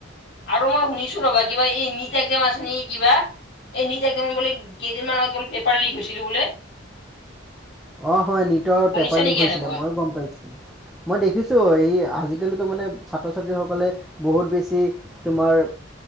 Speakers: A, on the left; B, in the centre.
A: আৰু মই শুনিছো ৰ'বা, কিবা এই নীত এক্জাম আছে নেকি কিবা। এই নিজেদম বোলে কেইদিনমান আগত বোলে পেপাৰ লিক হৈছিলো বোলে
B: অ হয় নটৰ
A: শুনিছা
B: পেপাৰ
A: নেকি
B: লিক হৈছিলে
A: এনেকুৱা
B: মইও গম পাইছোঁ। মই দেখিছো এই আজিকালিও মানে ছাত্ৰ ছাত্ৰীসকলে বহুত বেছি তোমাৰ